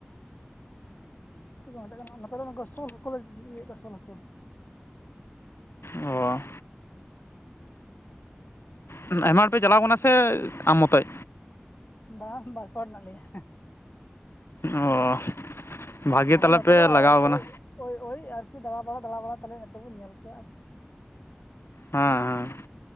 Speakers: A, on the left (about 50°); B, on the left (about 80°).
A: ᱪᱮᱫ ᱠᱚ ᱢᱮᱛᱟᱜ ᱠᱟᱱᱟ <unintelligible> ᱥᱳᱞ ᱦᱟᱹᱠᱩ ᱞᱮ ᱤᱭᱟᱹᱭᱮᱫ ᱠᱚᱣᱟ ᱥᱳᱞ ᱦᱟᱹᱠᱩ
B: ᱚ ᱦᱩᱸ ᱟᱭᱢᱟ ᱦᱚᱲ ᱯᱮ ᱪᱟᱞᱟᱣ ᱟᱠᱟᱱᱟ ᱥᱮ ᱟᱢ ᱢᱚᱛᱚᱡ?
A: ᱵᱟᱝ ᱵᱟᱨ ᱯᱮ ᱦᱚᱲ ᱢᱮᱱᱟᱜ ᱞᱮᱭᱟ᱾
B: ᱚ ᱵᱷᱟᱜᱮ
A: ᱟᱫᱚ
B: ᱛᱟᱞᱮ
A: ᱱᱚᱛᱮ
B: ᱯᱮ
A: ᱫᱚᱭ
B: ᱞᱟᱜᱟᱣ ᱠᱟᱱᱟ
A: ᱳᱭ ᱳᱭ ᱳᱭ, ᱟᱨᱠᱤ ᱫᱟᱲᱟ ᱵᱟᱲᱟ ᱫᱟᱲᱟ ᱵᱟᱲᱟ ᱛᱟᱦᱞᱮ ᱱᱚᱛᱮ ᱵᱚᱱ ᱧᱮᱞ ᱠᱚᱣᱟ ᱟᱨᱠᱤ,
B: ᱦᱮᱸ ᱦᱮᱸ